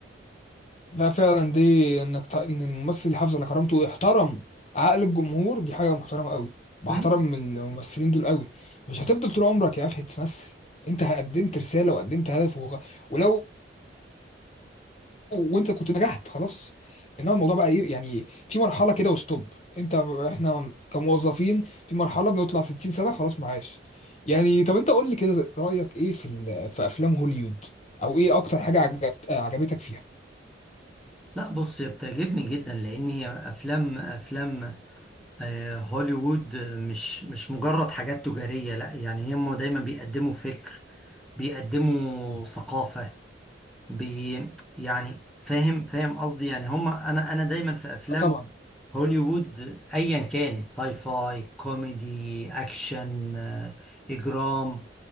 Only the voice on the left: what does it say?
لا فعلا دي انك ت- ان الممثل يحافظ على كرامته ويحترم عقل الجمهور دي حاجه محترمه قوي بحترم
الممثلين دول قوي مش هتفضل طول عمرك يا اخي تمثل انت قدمت رساله وقدمت هدف وغ... ولو وانت كنت نجحت خلاص انما الموضوع بقى ايه يعني في مرحله كده وستوب انت احنا كموظفين في مرحله بنطلع 60 سنه خلاص معاش يعني طب انت قول لي كده رايك ايه في ال- في افلام هوليوود او ايه اكتر حاجه عجبت آه، عجبتك فيها
طبعا